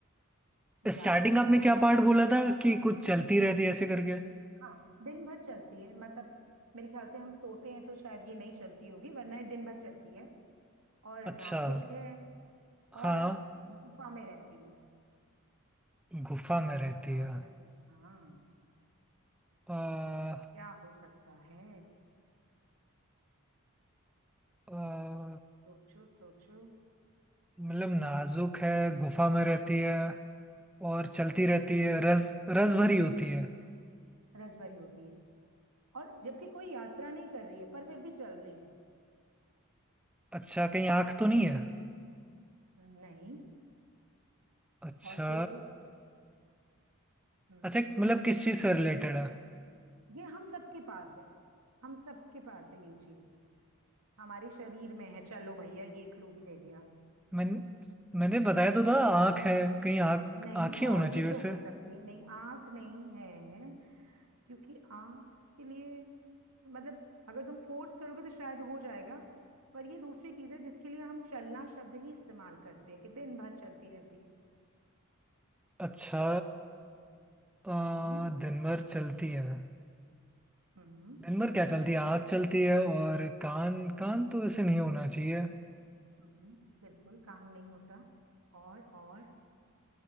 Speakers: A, on the right (about 85°); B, in the centre.
A: यात्रा
B: स्टार्टिंग
A: नहीं
B: आपने
A: करती
B: क्या पार्ट बोला था कि कुछ चलती रहती है ऐसे करके
A: हाँ दिन भर चलती है मतलब मेरे ख्याल से हम सोते हैं तो शायद ये नहीं चलती होगी वरना ये दिन भर चलती है और नाजुक
B: अच्छा
A: है
B: हाँ
A: और गुफा में रहती है
B: गुफा में रहती
A: तो बताओ
B: है
A: जरा क्या हाँ
B: अ,
A: क्या हो सकता है
B: अ,
A: सोचो सोचो
B: मतलब नाजुक है गुफा में रहती है और चलती
A: हम्म
B: रहती है रस रस भरी होती है
A: रसभरी होती है और जबकि कोई यात्रा नहीं कर रही है पर फिर भी चल रही है
B: अच्छा कहीं आँख तो नहीं है
A: नहीं
B: अच्छा
A: और सोचो हम्म
B: अच्छा मतलब किस चीज से रिलेटेड है
A: ये हम सबके पास है हम सबके पास है ये चीज हमारे शरीर में है चलो भैया ये क्लू भी दे दिया
B: मैंने मैंने बताया तो था आँख है कहीं आँख
A: नहीं
B: आँख ही होना
A: और
B: चाहिए
A: भी
B: वैसे
A: तो हो सकती है। नहीं आंख नहीं है क्योंकि आंख के लिए मतलब अगर तुम फोर्स करोगे तो शायद हो जाएगा पर ये दूसरी चीज है जिसके लिए हम चलना शब्द ही इस्तेमाल करते हैं कि दिन भर चलती रहती है
B: अच्छा आ,
A: हम्म
B: दिन भर चलती है
A: हम्म
B: दिन भर क्या चलती है आँख चलती है और कान कान तो वैसे नहीं होना चाहिए
A: हम्म बिल्कुल काम नहीं होता और और